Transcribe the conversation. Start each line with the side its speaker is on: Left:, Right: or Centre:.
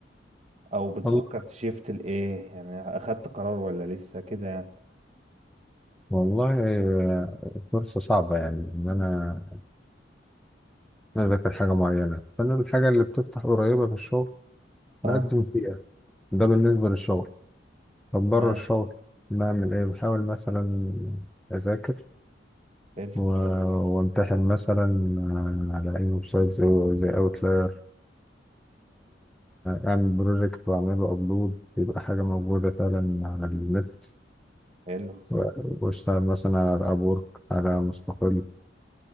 Right: او بتفكر
Centre: وال-
Right: تشيفت لايه يعني اخدت قرار ولا لسه كده يعني
Centre: والله آه، فرصة صعبة يعني إن أنا أنا أذاكر حاجة معينة فأنا الحاجة اللي بتفتح قريبة في الشغل بقدم
Right: اه
Centre: فيها ده بالنسبة للشغل طب بره
Right: تمام
Centre: الشغل بعمل إيه بحاول مثلا أذاكر
Right: حلو
Centre: و- وامتحن مثلا آه، على أي ويب سايت زي زي أوتلاير أعمل بروجكت وأعمله أبلود يبقى حاجة موجودة فعلا على النت
Right: حلو
Centre: و- وأشتغل مثلا على أبورك على مستقل